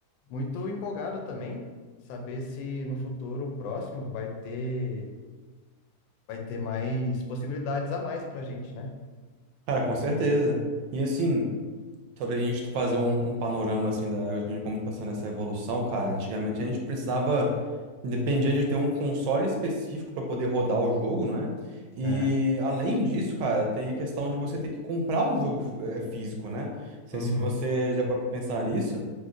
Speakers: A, on the left; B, on the right.
A: muito empolgado também, saber se no futuro próximo vai ter, vai ter mais possibilidades a mais pra gente, né?
B: cara, com certeza. E assim. Só da gente fazer um, um panorama assim da, de como está sendo essa evolução, cara. Antigamente a gente precisava, dependia de ter um console específico para poder rodar o jogo, não é? E
A: Né?
B: além disso, cara, tem a questão de você ter que comprar o jogo eh, físico, né? Não sei
A: Uhum.
B: se você já parou pra pensar nisso.